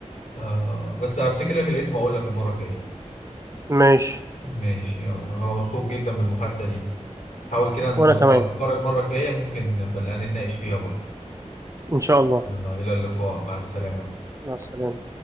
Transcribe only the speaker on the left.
آه بس هفتكر لك الاسم واقول لك المره الجايه
ماشي يلا انا مبسوط جدا بالمحادثه دي حاول كده ندور
على الافكار المره الجايه ممكن نبقى نتناقش فيها برضه
يلا الى اللقاء مع السلامه